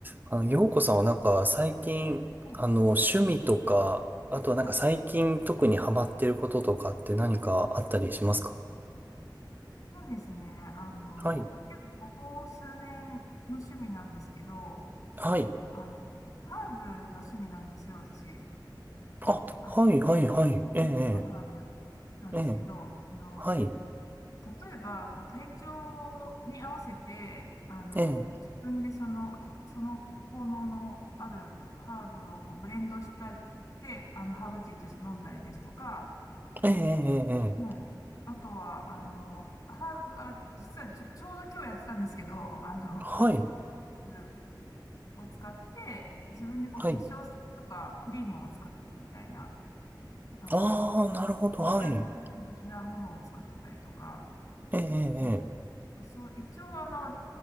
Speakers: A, on the right (about 25°); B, on the left (about 55°).
A: あの、洋子さんはなんか最近、
B: は
A: あの、趣味とか、あとはなんか最近特にハマってることとかって何かあったりしますか
B: い。そうですね。あの、
A: はい。
B: 結構ここ数年の趣味なんですけど、
A: はい。
B: あの、ハーブが趣味なんですよ、私。
A: あ、
B: あ、
A: はい、はい、はい。
B: 植物のハーブ
A: ええ、
B: なんですけど、
A: ええ、ええ
B: あの、
A: はい。
B: 例えば、こう、体調に合わせて、あの、
A: ええ、
B: 自分でその、こその効能のあるハーブをこうブレンドしたり、で、あの、ハーブティーとして飲んだりですとか、
A: ええ、ええ、ええ
B: はい。あとは、あの、ハーブから、実はちょ、ちょうど今日やってたんですけど、あの、
A: はい。
B: うんを使って、自分でこう化粧水とかクリームを作るみたいな、
A: はい。
B: なんか、
A: ああ、なるほど。はい。
B: ケミル的なものを作ったりとか、
A: ええ、ええ、
B: ま
A: ええ
B: あ、そう、一応あの、